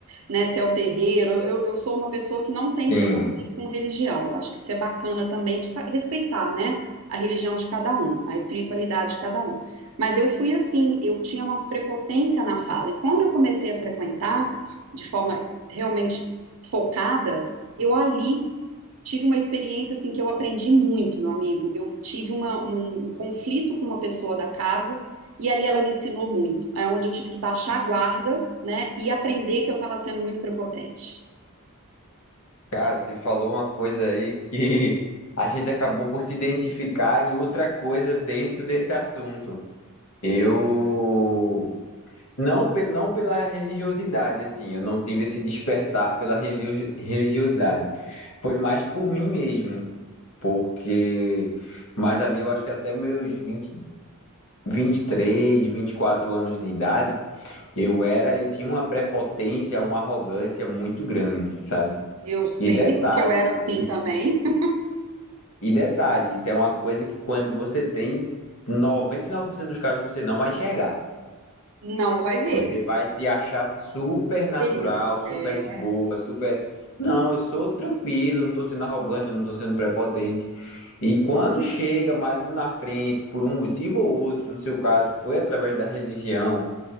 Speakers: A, on the right; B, on the left.
A: né, se é o terreiro, eu, eu sou uma pessoa que não tem
B: sim.
A: preconceito com religião, eu acho que isso é bacana também de ca- respeitar, né, a religião de cada um, a espiritualidade de cada um, mas eu fui assim, eu tinha uma prepotência na fala, e quando eu comecei a frequentar de forma realmente focada, eu ali tive uma experiência assim que eu aprendi muito, meu amigo. Eu tive uma- um, um conflito com uma pessoa da casa e ali ela me ensinou muito. É onde eu tive que baixar a guarda, né, e aprender que eu estava sendo muito prepotente.
B: Cara, você falou uma coisa aí que a gente acabou por se identificar em outra coisa dentro desse assunto. Eu não, pe- não pela religiosidade, assim, eu não tive esse despertar pela religi- religiosidade. Foi mais por mim mesmo. porque mas ali eu acho que até meus vinte vinte e três vinte e quatro anos de idade, eu era, eu tinha uma prepotência, uma arrogância muito grande, sabe?
A: Eu sei
B: E detalhe,
A: porque eu era assim
B: isso,
A: também. <laughs>
B: e detalhe, isso é uma coisa que quando você tem 99% dos casos você não vai enxergar.
A: Não vai ver.
B: Você vai se achar super
A: Superior.
B: natural, super
A: É.
B: de boa, super. Não, eu sou tranquilo, eu não estou sendo arrogante, eu não estou sendo prepotente. E quando chega mais um na frente, por um motivo ou outro, no seu caso, foi através da religião,